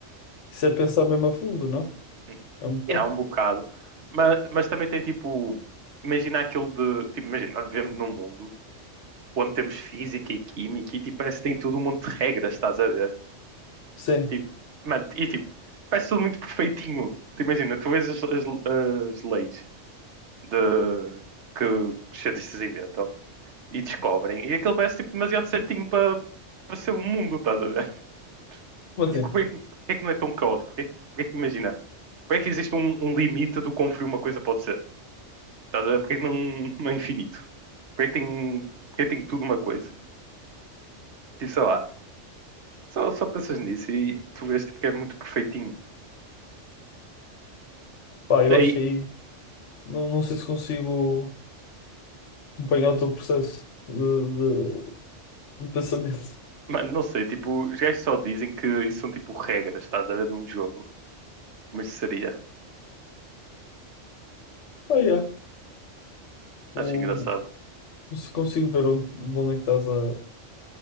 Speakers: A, on the left (about 75°); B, on the right (about 65°).
A: isso é pensar mesmo a fundo, não?
B: Hum.
A: É um bocado.
B: E há um bocado. Mas, mas também tem, tipo, imagina aquilo de, tipo, imagina, nós vivemos num mundo onde temos física e química e, tipo, parece que tem tudo um monte de regras, estás a ver?
A: Sim,
B: Tipo, mano, e, tipo, parece tudo muito perfeitinho. Tu imagina, tu vês as, as- as leis de, que que os cientistas inventam e descobrem. E aquilo parece tipo, demasiado certinho para para ser um mundo, estás a ver? <laughs>
A: como assim?
B: Tipo, porquê, é que não é tão caótico? Porquê, porquê é que imagina? Porquê é que existe um, um limite do quão frio uma coisa pode ser? Estás a ver? Porquê é que não, não é infinito? Porquê é que tem, porquê é que tem tudo uma coisa? Tipo, sei lá. Só, só pensas nisso e tu vês tipo, que é muito perfeitinho.
A: Pá, eu
B: Aí,
A: acho que aí não, não sei se consigo acompanhar o teu processo de, de, de pensamento. <laughs>
B: mano, não sei. Tipo, os gajos só dizem que isso são tipo regras, estás a ver? De um jogo. Como isso seria?
A: Ah, yeah. O,
B: Acho engraçado.
A: se consigo ver onde, onde é que estás a,